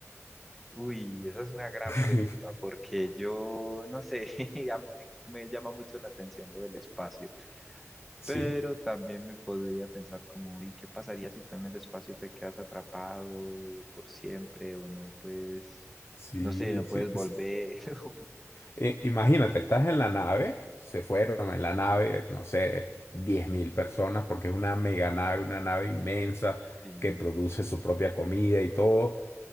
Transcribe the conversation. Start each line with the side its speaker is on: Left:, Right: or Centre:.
Centre: Uy, esa es una gran
Left: <laughs>
Centre: pregunta porque yo no sé, <laughs> a mí me, me llama mucho la atención lo del espacio,
Left: Sí,
Centre: pero también me podría pensar como, ¿y qué pasaría si tú en el espacio te quedas atrapado por siempre o no puedes,
Left: sí,
Centre: no sé, no
Left: sí.
Centre: puedes volver?
Left: sí.
Centre: <laughs>
Left: I- Imagínate, estás en la nave, se fueron en la nave, no sé, 10.000 personas, porque es una mega nave, una nave inmensa
Centre: Sí,
Left: que produce su propia comida y todo,